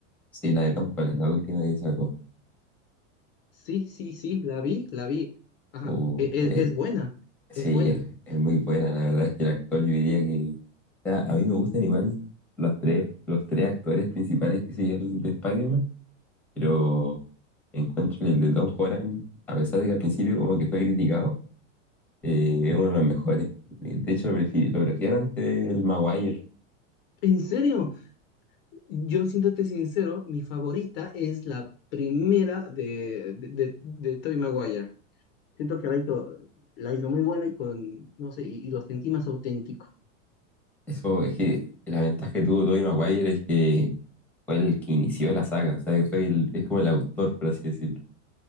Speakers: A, in the centre; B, on the left (about 45°).
A: Sí, la de Tom Holland, la última que sacó.
B: Sí, sí, sí, la vi, la vi. Ajá,
A: Oh,
B: e- e-
A: eh,
B: es, buena,
A: sí,
B: es buena.
A: es, es muy buena. La verdad es que el actor, yo diría que... o sea, a mí me gustan igual los tres, los tres actores principales que siguieron de Spider-Man, pero encuentro que el de Tom Holland, a pesar de que al principio como que fue criticado, Eh, es uno de los mejores. Eh, De hecho, lo prefiero, lo prefiero ante el Maguire.
B: En serio, yo siéndote sincero, mi favorita es la primera de, de, de, de Tobey Maguire. Siento que la hizo, la hizo muy buena y con, no sé, y, y lo sentí más auténtico.
A: Eso es que la ventaja que tuvo Tobey Maguire es que fue el que inició la saga. O sea, que fue el, es como el autor, por así decirlo.